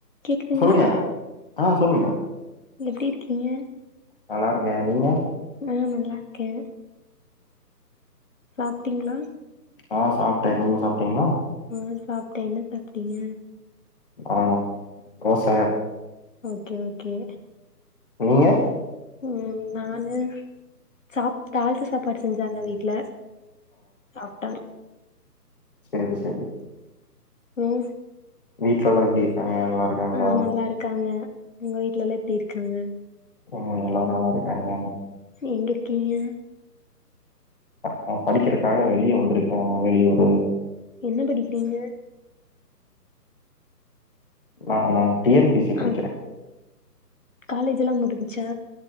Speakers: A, on the left; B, on the left.
A: கேக்குதுங்களா
B: சொல்லுங்க ஆ சொல்லுங்க
A: எப்டி இருக்கீங்க
B: நல்லாருக்கே நீங்க
A: ஆ நல்லா இருக்கே சாப்டிங்ளா
B: ஹ சாப்ட்டே நீங்க சாப்ட்டீங்களா
A: ஆ சாப்ட்டே என்ன சாப்ட்டீங்க
B: ஆ ரோச
A: ஓகே ஓகே
B: நீங்க
A: ம் நானு சாப் தாளிச்ச சாப்பாடு செஞ்சாங்க வீட்ல சாப்ட
B: செரி செரி
A: ம்
B: வீட்ல எல்லா எப்டி இருக்காங்க
A: ம்.
B: நல்லா இருக்காங்ளா
A: ஆ நல்லா இருக்காங்க உங்க வீட்லல்லா எப்டி இருக்காங்க
B: ம் எல்லாரு நல்லா இருக்காங்க
A: எங்க இருக்கீங்க
B: நா படிக்றக்காக வெளியே வந்த்ருக்கே வெளியூரு
A: என்ன படிக்றீங்க
B: நானா டி என் பி சி
A: ஆ
B: படிக்றே
A: காலேஜ் எல்லா முடிஞ்ச்சா